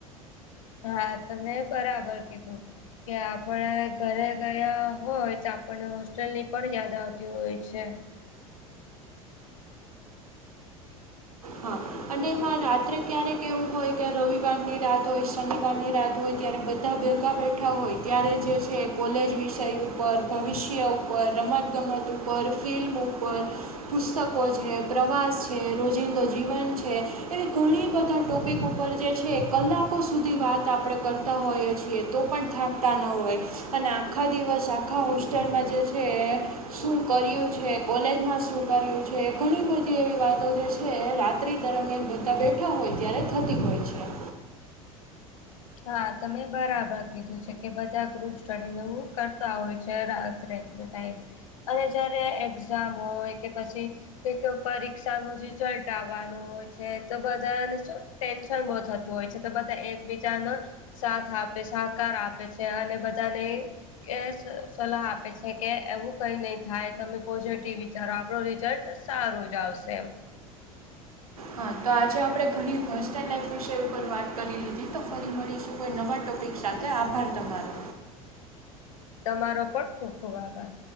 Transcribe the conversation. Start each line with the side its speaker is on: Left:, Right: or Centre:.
Left: હા તમે બરાબર કીધું. કે આપણે ઘરે ગયા હોય, તો આપણને હોસ્ટેલની પણ યાદ આવતી હોય છે.
Right: હા અને એમાં રાત્રે ક્યારેક એવું હોય કે રવિવારની રાત હોય શનિવારની રાત હોય ત્યારે બધા બેઠા હોય ત્યારે જે છે કોલેજ વિષય ઉપર, ભવિષ્ય ઉપર, રમત ગમત ઉપ ઉપ ફિલ્મ ઉપર પુસ્તકો છે પ્રવાસ છે રોજિંદો જીવન છે એવી ઘણી બધા ટોપિક ઉપર જે છે કલાકો સુધી વાત આપણે કરતા તા હોઈએ છીએ તો પણ થાકતા ન હોય. અને આખા દિવસ આખા હોસ્ટેલમાં જે છે શું કર્યું છે? કોલેજમાં શું કર્યું છે? ઘણી બધી એવી વાતો જે છે. એ રાત્રિ દરમિયાન બધા બેઠા હોય ત્યારે જ થતી હોય છે.
Left: હા તમે બરાબર કીધું છે કે, બધા ગ્રુપ સ્ટડી ને એવું કરતા હોય છે. રાત ત્રે ટાઈમે, અને જયારે એક્ઝામ હોય કે પછી કઈક પરીક્ષા નું રિઝલ્ટ આવવાનું હોય છે, તો બધાને શું ટેન્શન બહુ થતું હોય છે, તો બધા એકીજ જાનો સાથ આપે, સહકાર આપે છે, અને બધાને કે સ સલાહ આપે છે, કે એવું કઈ નહી થાય, તમે પોઝિટિવ વિચારો આપડો રિઝલ્ટ સારું જ આવશે એમ
Right: હા તો આજે આપણે ઘણી હોસ્ટેલ લાઈફ વિષે ઉપર વાત કરી લીધી, તો ફરી મળી કોઈ નવા ટોપિક સાથે, આભાર તમારો.
Left: તમારો પણ ખુબ ખુબ આભાર.